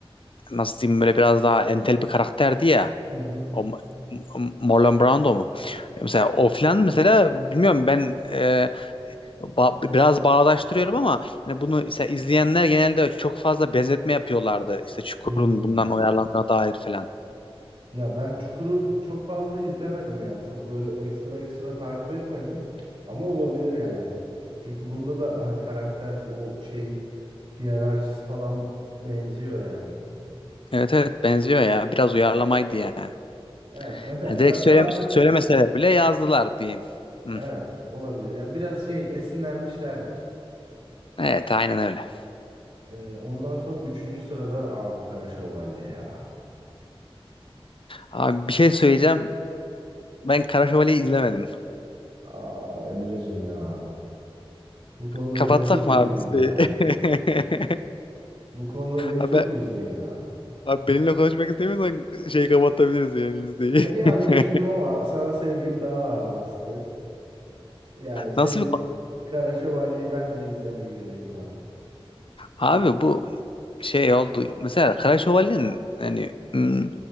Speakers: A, on the left; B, on the right.
A: nasıl diyeyim böyle biraz daha entel bir karakterdi ya.
B: Hı hı.
A: O M- M- Marlon Brando mu? E, Mesela o falan mesela bilmiyorum ben e, Ba- biraz bağdaştırıyorum ama yani bunu işte izleyenler genelde çok fazla benzetme yapıyorlardı. İşte Çukur'un
B: Hmm.
A: bundan uyarlandığına dair falan.
B: Ya ben Çukur'u çok fazla izlemedim yani. Çok böyle ekstra ekstra takip etmedim. Ama olabilir yani. Çünkü bunda da hani karakter o şey hiyerarşisi falan benziyor yani.
A: Evet evet benziyor ya. Biraz uyarlamaydı yani.
B: Evet mesela
A: Ha,
B: Godfather
A: direkt söyle söylemeseler bile yazdılar diyeyim. Hı.
B: evet olabilir. Yani biraz şey esinlenmişlerdir.
A: Evet aynen öyle.
B: Ee, ondan sonra üçüncü sırada abi Kara Şövalye ya.
A: Abi bir şey söyleyeceğim. Ben Kara Şövalye'yi izlemedim.
B: Aa Emre'cim ya. Bu konuda
A: Kapatsak
B: beni çok üzdün
A: mı abi listeyi?
B: ya.
A: <laughs>
B: Bu konuda beni
A: Abi,
B: çok üzdün ya.
A: abi benimle konuşmak istemiyorsan şeyi kapatabiliriz yani listeyi.
B: Ya bir an düşündüm
A: <laughs>
B: ama sana sevgim daha ağır bastı. Yani senin
A: Nasıl bir
B: için Kara Şövalye'yi ben de izlemeyi vereyim ulan.
A: Abi bu şey oldu. Mesela Kara Şövalye'nin yani hmm,